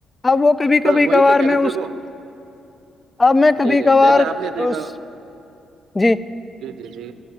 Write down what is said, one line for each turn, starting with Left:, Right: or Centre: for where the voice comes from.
Left: اب وہ کبھی کبھی
Right: وہی
Left: کبھار
Right: تو کہہ رہے
Left: میں
Right: تھے
Left: اس
Right: کو
Left: اب میں کبھی
Right: جی جی
Left: کبھار
Right: جیسے آپ نے دیکھا
Left: اس جی
Right: جی جی جی